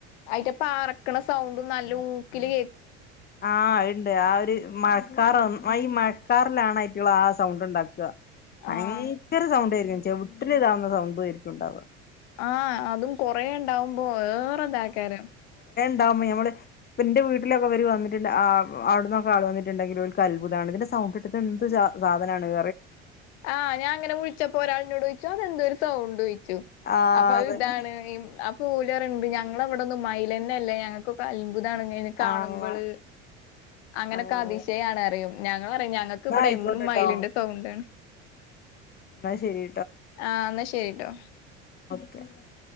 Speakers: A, on the left (about 65°); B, on the left (about 30°).
A: അയിറ്റ പാറക്ക്‌ണ സൗ ട്ട് നല്ലൂക്ക്‌ല്
B: ആ ഇണ്ട് ആ ഒര് മഴക്കാറൊ <unintelligible> മഴക്കാറ്ലാണ് അയ്റ്റള് ആ സൗണ്ട് ഇണ്ടാക്ക് ഭയങ്കര
A: ആഹ്
B: സൗണ്ടെനു ചെവിട്ട്ല് ഇതാവ്ന്ന സൗണ്ട്ഏര്ക്കു ഇണ്ടാവ്
A: ആ അതും കൊറെ ണ്ടാവുമ്പ ഏറെ ഇതാക്കെരം
B: ണ്ടാവ്മ്പ നമ്മള് ഇപ്പ ന്റെ വീട്ടിലൊക്കെ ഇവര് വന്നിട്ട്ണ്ട് ആ അവ്ട്ന്നൊക്കെ ആൾ വന്നിട്ട്ണ്ടെങ്കില് ഓൽക്ക് അത്ഭുതാണ് ഇതിന്റെ സൗണ്ടെട്ട് തെന്ത് ജാ സാധനാണ്റിം
A: ആ ഞാങ്ങനെ വിള്ച്ചപ്പ ഒരാൾന്നോടൊയ്ച്ച് അതെന്തെര് സൗണ്ടോയ്ച്ചു
B: ആഹ്
A: അപ്പ അഹ്
B: അതന്നെ
A: ഇതാണ് മ് അ കൂലറ്ണ്ട് ഞങ്ങളവ്ടൊന്നു മയിലെന്നെ ഇല്ല ഞങ്ങക്കൊക്കെ അത്ഭു ഭുതാണ് ഇഞ്ഞയിനെ കാണ്
B: ആഹ്
A: മ്പള് അങ്ങനെക്കെ
B: അങ്ങനെ
A: അതിശയാണെറിയും ഞ പറ ഞങ്ങക്ക്
B: എന്നാ
A: ഇവിടെ
B: ആയിക്കോട്ടെട്ടോ
A: എന്നും മൈലിന്റെ സൗണ്ട്ണ്
B: എന്നാ ശരി
A: ആ എന്നാ ശരിട്ടോ
B: ക <inaudible> <unintelligible>